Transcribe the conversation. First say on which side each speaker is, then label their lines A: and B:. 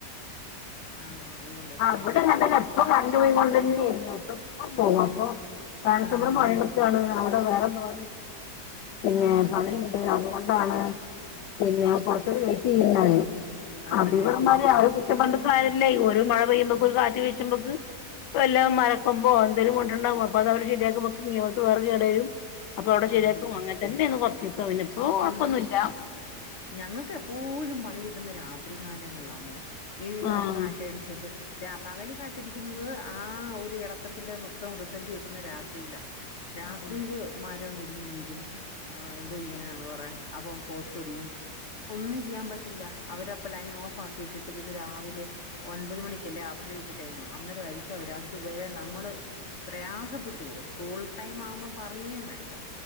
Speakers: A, on the left; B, on the left.
A: ആഹ് അതുകൊണ്ടൊക്കെയാ
B: ആ അവിടെ
A: ഇങ്ങനെ
B: നല്ല എപ്പ കണ്ടുപോയിക കൊണ്ട്ന്നെ പിന്നപ്പം പോവാ അപ്പൊ കനത്തപ്പുറം
A: ആണല്ലേ
B: മഴണക്കാണ് അവിടെ വേറെന്ത പിന്നെ
A: ആഹ്
B: പണിണ്ട്
A: ആഹ്
B: അതുകൊണ്ടാണ് പിന്നെ കൊറച്ച വെയിറ്റ് ചെയ്യുന്ന
A: ആണല്ലയോ
B: അതിവിടെമാതിരി ആരും കുറ്റം പണ്ടക്ക ആയല്ല ഒരു മഴ പെയ്യുമ്പൊക്ക ഒരു കാറ്റ് വീശുമ്പോത്തെക്ക് എല്ലാം മരക്കുമ്പോ എന്തേലും കൊണ്ടുണ്ടകും അപ്പൊ അത് അവര് ശരിയാക്കുമ്പക്ക ഇങ്ങത്ത് വേറെ കേട വരും അപ്പൊ അവിടെ
A: ആഹ്
B: ശരിയാക്കും അങ്ങനത്തന്നെന്ന് കൊറത്തിത്ത ഇനി ഇപ്പോ കൊഴപ്പൊന്നുമല്ല
A: അയ്യോ ഞങ്ങൾക്ക് എപ്പോഴും പണി കിട്ടുന്ന രാത്രി കാലങ്ങളാന്നേ ഈ
B: ആഹ്
A: ഒരു കാറ്റടിച്ചൊക്കെ രാ പകൽ കാറ്റടിക്കുന്നത് ആ ഒരു ഇളക്കത്തിൻ്റെ മൊത്തം റിസൾട്ട് കിട്ടുന്നത് രാത്രിയിലാണ് രാത്രിയില്
B: ആഹ്
A: മര കി കുടിഞ്ഞഞ് വീഴും എന്തോ ചെയ്യാനാെന്ന് പറുക അപ്പം പോസ്റ്റ് ഒടിയും ഒന്നും ചെയ്യാൻ പറ്റില്ല അവരപ്പ ലൈൻ ഓഫ് ആക്കിട്ടി പിന്നെ രാവിലെ ഒൻപത് മണക്ക്ല്ലേ അവരുടെ ഡ്യൂട്ടി ടൈം അന്നേര ആയിരിക്കും അവര് അതുവരെ നമ്മള് പ്രയാസപ്പെട്ടുുവോ സ്കൂൾ ടൈം ആവുമ്പോ പറയം വേണ്ട